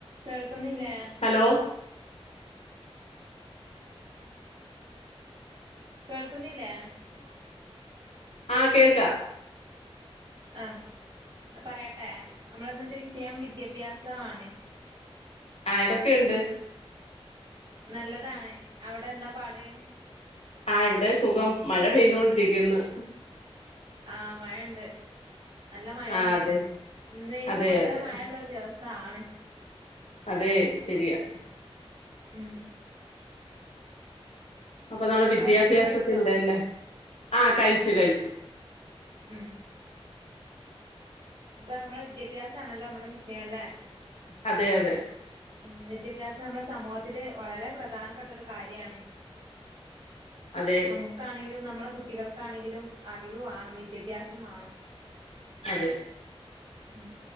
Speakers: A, on the right (about 55°); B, on the left (about 85°).
A: കേൾ ക്കുന്നില്ലേ
B: ഹലോ
A: കേൾക്കുന്നില്ലേ
B: ആ കേൾക്ക
A: ആ പറയട്ടെ നമ്മളന്ന് ത്തെ വിഷയം വിദ്യാഭ്യാസാണ്
B: ആയിരൊക്കെ ഉണ്ട്
A: നല്ലതാണ് അവിടെ എന്താ പാട്
B: ആ ഇവിടെ സുഖം മഴ പെയ്തൊണ്ടിരിക്ക്ന്ന്
A: ആഹ് മഴണ്ട് നല്ല മഴയാണ്
B: ആഹ് അതെ
A: ഇന്ന് ഇന്ന്
B: അതെ
A: പൊതുവേ
B: അതെ
A: മഴള്ളോരു ദിവസ താണ്
B: അതെ ശെരിയാ
A: ഉം
B: അപ്പൊ നമ്മുടെ
A: പിന്നെ
B: വിദ്യാഭ്യാസത്തിന്റെല്ലേ
A: ഭക്ഷണം കഴിച്ചോ
B: ആഹ് കഴിച്ചു കഴിച്ചു
A: ഉം ഇപ്പൊ നമ്മളെ വിദ്യാഭ്യാസ ആണല്ലോ നമ്മളെ വിഷയം അല്ലെ
B: അതെ അതെ
A: ഉം വിദ്യാഭ്യാസം നമ്മുടെ സമൂഹത്തില് വളരെ പ്രധാനപ്പെട്ട ഒരു കാര്യാണ്
B: അതെ
A: നമുക്കാണെങ്കിലും നമ്മളെ കുട്ടികൾക്കാണെങ്കിലും അറിവ് വാണം വിദ്യാഭ്യാസം വാണം
B: അതെ
A: ഉ